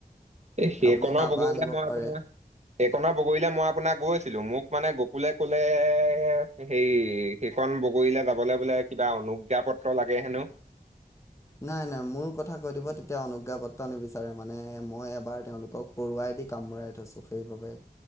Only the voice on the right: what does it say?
সেইকনৰ
বগৰীলো
মই
আপোনাৰ সেইকণনৰ বগৰীলে মই আ্ আপোনাক গৈছিলোঁ, মোক মানে গকুলে কলে হেৰি সেইখন বগৰীলৈ যাবলৈ বোলে- কিবা অনুজ্ঞাাপত্ৰ লাগে হেনো।